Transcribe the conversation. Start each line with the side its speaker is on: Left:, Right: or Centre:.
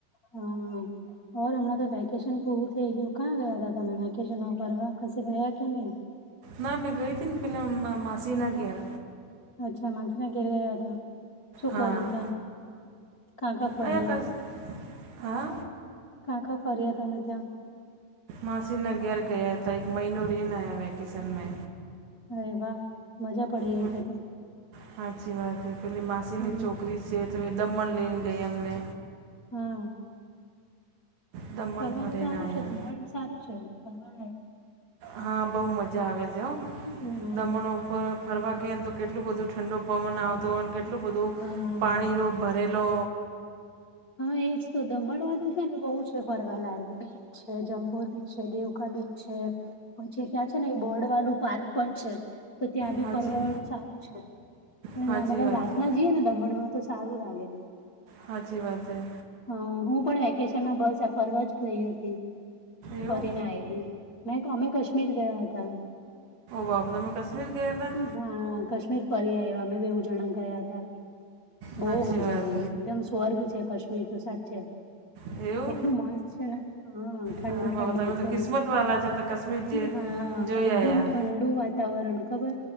Left: હમ ઓર હમણાં તો વેકેશન પૂરું થઈ ગયું ક્યાં ગયા ત તમે વેકેશન ફરવા ક ગયા કે નહી?
Right: ના મે ગઈ હતીને પેલા માસી ના ગેર.
Left: અચ્છા મા ના ગેર રહ્યા તા. શું
Right: હા
Left: કર્યું ત્યાં? કા કા ફર્યા?
Right: અહીંયા કસ હા
Left: કા કા ફરી્યા તમે ત્યા?
Right: માસીનાગર ગયા હતા એક મહનો રિનયા વેકેશન મે.
Left: અરે વા મજા. પડી
Right: હ
Left: ગઈ તો તો.
Right: સાચી વાત હ પેલી માસીની
Left: હમ્મ
Right: ચોકરી. સેતવે દમણ લેન ગઈ એમને.
Left: હા.
Right: દમણ
Left: ફરવાનું
Right: ફરીને
Left: સારું
Right: આવ્યા
Left: છે દમણ સારું છે ફરવા.
Right: હા બહુ મજા આવે છે
Left: હમ
Right: દમણો ફરવા ગઈએ ને તો કેટલું બધું ઠંડો પવન આવતો હોય અને કેટલું બધું
Left: હા
Right: પાણીનો કરરેલો
Left: હા એજ તો દમણ વાંધું છે ને બહુ જ ફવાલા બીચ છે જમપુર બીચ છે દેવકા બીચ છે. પછી ત્યાં છે ને એ બોર્ડ વાલું પાર્ક પણ છે. તો ત્યાં બી
Right: સાચી
Left: ફરવા વાળું સારું છે
Right: સાચી
Left: ના મતલ
Right: વાત
Left: રાતના
Right: છે
Left: જઈએે ને દમણમાં તો. સારું લાગે ને.
Right: હાચી વાતે.
Left: હ હું પણ વેકેશનમાં બસ ફરવા જ ગઈ હતી.
Right: એવું
Left: ફરીને આવી મે અમે કાશ્મીર ગયા હતા.
Right: ઓફ તો મે કશમીર ગે હતાા.
Left: હા કાશ્મીર ફરી આ એ અમે બેવુ જણા ગયા હતા. બહુ
Right: સાચી
Left: મજા
Right: વાત
Left: આવી એકદમ સ્વર્ગ છે કાશ્મીર તો સાચ છે
Right: છે એવું
Left: એટલું મસ્ત છે ને હા ઠંડુ
Right: હા બાપા
Left: ઠંડુ
Right: તમે
Left: એકદમ.
Right: તો કિસ્મતવાલા છે તો કાશ્મીર જે
Left: હા
Right: જોઈ
Left: એકદમ
Right: આવ્યા
Left: ઠ. ઠંડું વાતાવરણ ખબર